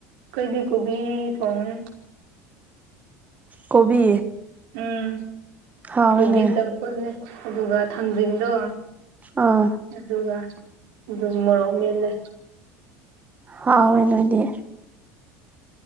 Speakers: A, on the right; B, on the right.
A: ꯀꯩꯗꯤ ꯀꯣꯕꯤ ꯊꯣꯡꯉꯦ꯫
B: ꯀꯣꯕꯤ꯫
A: ꯎꯝ꯫
B: ꯍꯥꯎꯋꯦꯅꯦ
A: ꯀꯣꯕꯤ ꯆꯝꯐꯨꯠꯅꯦ ꯑꯗꯨꯒ ꯊꯥꯡꯖꯤꯡꯗꯣ
B: ꯑꯥ
A: ꯑꯗꯨꯒ ꯑꯗꯨꯝ ꯃꯣꯔꯣꯛ ꯃꯦꯠꯂꯦ꯫
B: ꯍꯥꯎꯋꯦ ꯅꯣꯏꯗꯤ꯫